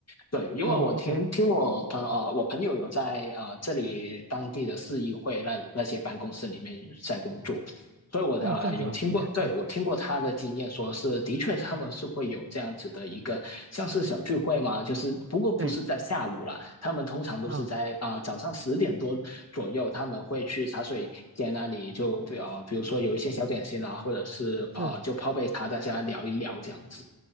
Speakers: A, on the left; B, on the right.
A: 对，因为我听听我朋呃我朋友有在呃这里当地的市议会那那些办公室里面在工作，
B: 哦，OK，嗯，
A: 所以我的呃有听过，
B: 哦，这样子哦，OK，
A: 对，
B: 嗯。
A: 我听过他的经验，
B: 嗯
A: 说是的确他们是会有这样子的一个像是小聚会嘛，
B: 嗯，
A: 就是不过不是在下午啦，
B: 对，
A: 他们通常都是在啊、
B: 哦，
A: 呃早上十点多左右，他们会去茶水间那里就呃，比如说有一些小点心啊，或者是呃，
B: 是，
A: 就泡杯茶，大家聊一聊这样子。